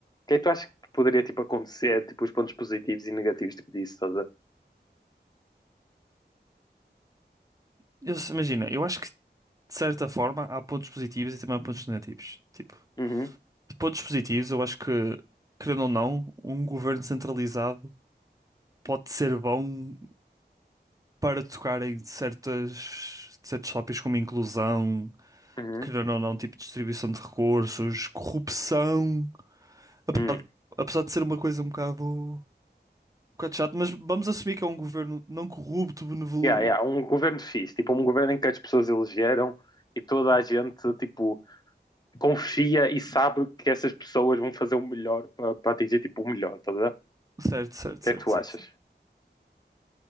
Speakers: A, on the left (about 20°); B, on the right (about 20°).
A: que é que tu achas que poderia, tipo, acontecer? Tipo, os pontos positivos e negativos, tipo, disso, estás a ver?
B: eu se- imagina, eu acho que de certa forma há pontos positivos e também há pontos negativos. Tipo,
A: Uhum,
B: de pontos positivos, eu acho que, querendo ou não, um governo centralizado pode ser bom para tocar em certas, certos tópicos como inclusão,
A: uhum,
B: querendo ou não, tipo distribuição de recursos, corrupção.
A: uhum.
B: Apesar
A: Hum.
B: de, apesar de ser uma coisa um bocado, um bocado chato, mas vamos assumir que é um governo não corrupto, benevol...
A: Yeah, yeah, um governo fixe, tipo, um governo em que as pessoas elegeram e toda a gente, tipo, confia e sabe que essas pessoas vão fazer o melhor para para atingir tipo o melhor, tá a ver? O
B: Certo, certo,
A: que
B: certo,
A: é que tu
B: certo.
A: achas?